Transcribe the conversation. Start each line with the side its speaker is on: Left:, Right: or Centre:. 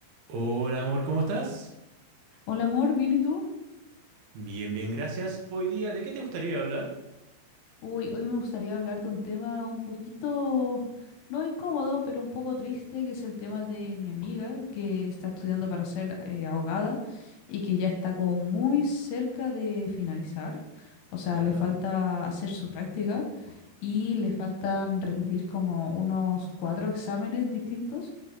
Right: Hola amor, ¿cómo estás?
Left: Hola amor, ¿bien y tú?
Right: Bien, bien, gracias. Hoy día, ¿de qué te gustaría hablar?
Left: Uy, hoy me gustaría hablar de un tema un poquito, no incómodo, pero un poco triste, que es el tema de mi amiga que está estudiando
Right: Ujú.
Left: para ser eh, abogada y que ya está como muy cerca de finalizar. O sea,
Right: Ya,
Left: le falta hacer su práctica y le faltan rendir como unos cuatro exámenes distintos,